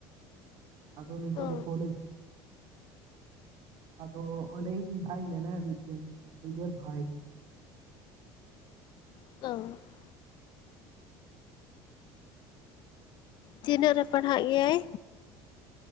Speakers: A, on the right; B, on the left.
A: ᱾ ᱟᱫᱚ ᱱᱤᱛᱚᱜ
B: ᱚ
A: ᱫᱚ ᱠᱳᱞᱮᱡ ᱟᱫᱚ ᱚᱸᱰᱮ ᱤᱧ ᱵᱷᱟᱭ ᱢᱮᱱᱟᱭᱟ ᱢᱤᱫᱴᱮᱱ ᱱᱤᱡᱮᱨ ᱵᱷᱟᱭ
B: <unintelligible> ᱛᱤᱱᱟᱹᱜ ᱨᱮ ᱯᱟᱲᱦᱟᱜ ᱜᱮᱭᱟᱭ?